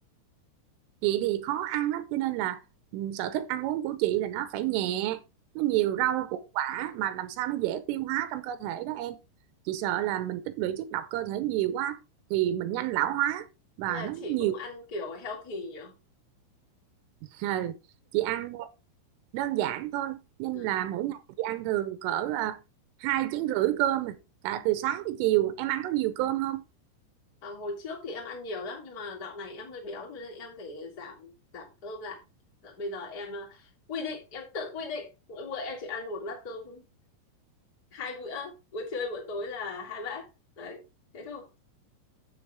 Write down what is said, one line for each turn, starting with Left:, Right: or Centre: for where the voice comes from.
Right: chị thì khó ăn lắm cho nên là ừ, sở thích ăn uống của chị là nó phải nhẹ nó nhiều
Left: Ừ.
Right: rau củ quả mà làm sao nó dễ tiêu hóa trong cơ thể đó em chị sợ là mình tích lũy chất độc cơ thể nhiều quá thì mình nhanh lão hóa và
Left: Thế là
Right: nó
Left: chị
Right: nhiều
Left: cũng ăn kiểu healthy nhỉ?
Right: <laughs> ừ. chị ăn đơn giản thôi nên
Left: Ừ.
Right: là mỗi ngày chị ăn thường cỡ à, hai chén rưỡi cơm à, cả từ sáng tới chiều em ăn có nhiều cơm không
Left: À, hồi trước thì em ăn nhiều lắm nhưng mà dạo này em hơi béo cho nên em phải giảm giảm cơm lại. Dạ, Bây giờ em à, quy định, em tự quy định mỗi bữa em chỉ ăn một bát cơm thôi. Hai bữa, bữa trưa bữa tối là hai bát. Đấy, thế thôi.